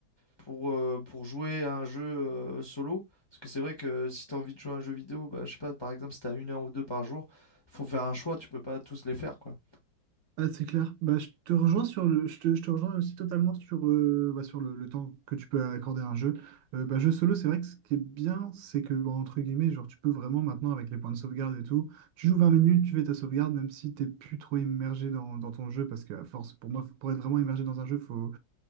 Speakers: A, on the left; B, on the right.
A: pour euh, pour jouer à un jeu euh, solo. Parce que c'est vrai que si tu as envie de jouer à un jeu vidéo, bah, je sais pas, par exemple, si tu as une heure ou deux par jour, faut faire un choix, tu peux pas tous les faire, quoi.
B: Ah, c'est clair. Bah, je te rejoins sur le, je te, je te rejoins aussi totalement sur, euh, bah, sur le, le temps que tu peux accorder à un jeu. Euh, bah, jeu solo, c'est vrai que ce qui est bien, c'est que, bah, entre guillemets, genre, tu peux vraiment maintenant, avec les points de sauvegarde et tout, tu joues 20 minutes, tu fais ta sauvegarde, même si t'es plus trop immergé dans, dans ton jeu, parce que à force, pour moi, faut- pour être vraiment immergé dans un jeu, faut,